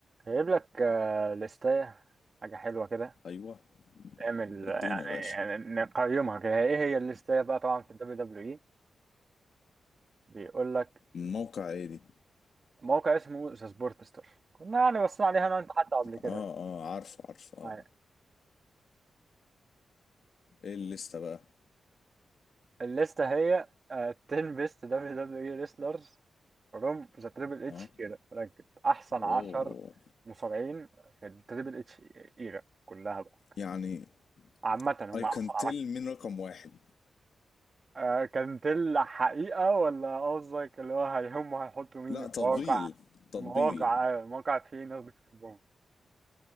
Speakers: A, on the right; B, on the left.
A: هجيب لك آه، لستاية حاجة حلوة كده
B: ايوه
A: اعمل آه،
B: اديني
A: يعني
B: يا باشا
A: يعني نقيمها كده ايه هي الليستاية بقى طبعا في الدبليو دبليو اي بيقول لك
B: من موقع ايه دي
A: موقع اسمه ذا سبورتستر كنا يعني بصينا عليها انا وانت حتى قبل كده
B: اه اه عارف عارف اه
A: يعني
B: ايه الليسته بقى
A: الليستة هي آه، 10 بيست دبليو دبليو اي ريسلرز فروم ذا تريبل اتش
B: اه
A: ايرا رانكد احسن
B: اوه
A: 10 مصارعين في التريبل اتش ايرا كلها بقى
B: يعني
A: عامة هم
B: اي
A: احسن
B: كان تيل من رقم واحد
A: آه، كانت الحقيقة ولا قصدك اللي هو هيهم هيحطوا مين
B: لا
A: في مين المواقع
B: تطبيل تطبيل
A: مين المواقع آه، المواقع فيه ناس بتحبهم